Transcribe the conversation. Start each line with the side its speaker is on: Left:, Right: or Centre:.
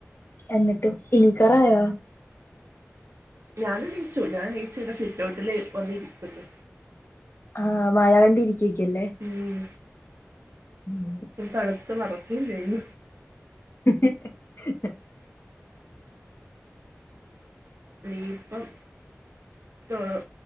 Left: എന്നിട്ട് ഇണിക്കറായോ
Right: ഞാാനണീച്ചു ഞാൻ എണീറ്റ് ഇവിടെ സിറ്റ് ഔട്ടിൽ വന്നിരിക്കുന്നു
Left: ആഹ് മഴ കണ്ടി ഇരിക്കക്കല്ലേ
Right: ഉം
Left: ഉം <inaudible>
Right: തണുത്ത് വിറക്കും ചെയ്യും
Left: <unintelligible>
Right: ഇപ്പം ആഹ്